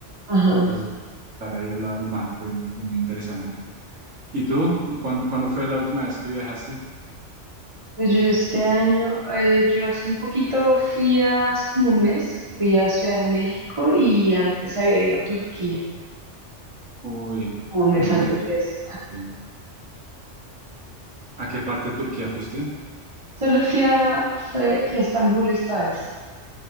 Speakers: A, on the right (about 25°); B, on the right (about 85°).
A: Ajá.
B: entonces estar ahí al lado del mar fue, fue muy interesante. ¿Y tú? ¿Cuán- ¿Cuándo, fue la última vez que viajaste?
A: Pues yo este año, eh, yo hace un poquito fui a, hace como un mes, fui a Ciudad de México y antes había ido a Turquía,
B: Uy,
A: como un mes
B: a mí me
A: antes
B: encanta
A: de eso.
B: Turquía. ¿A qué parte de Turquía fuiste?
A: Solo fui a, fue- fui a Estambul esta vez.